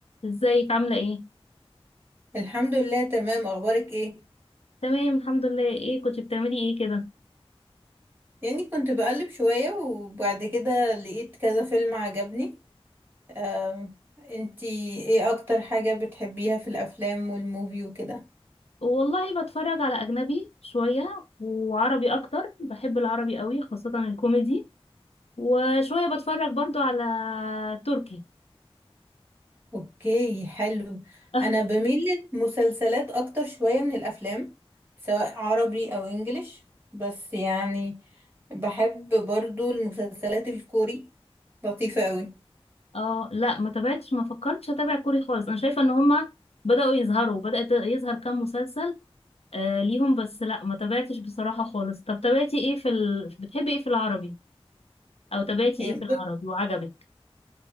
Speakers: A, on the left; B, on the right.
A: ازيك عاملة ايه؟
B: الحمد لله تمام اخبارك ايه
A: تمام الحمد لله ايه كنت بتعملي ايه كده؟
B: يعني كنت بقلب شوية وبعد كده لقيت كذا فيلم عجبني أم، انتي ايه اكتر حاجة بتحبيها في الافلام والموفي وكده
A: والله بتفرج على أجنبي شوية وعربي أكتر بحب العربي قوي خاصة الكوميدي وشوية بتفرج برضو على تركي
B: اوكي حلو
A: <laughs>
B: انا بميل للمسلسلات اكتر شوية من الافلام سواء عربي او انجليش بس يعني بحب برضو المسلسلات الكوري لطيفة قوي
A: اه لا ما تابعتش ما فكرتش اتابع كوري خالص انا شايفة ان هما بدأوا يظهروا بدأت يظهر كام مسلسل آه ليهم بس لا ما تابعتش بصراحة خالص طب تابعتي ايه في ال... بتحبي ايه في العربي؟ او تابعتي
B: يعني
A: ايه في العربي وعجبك؟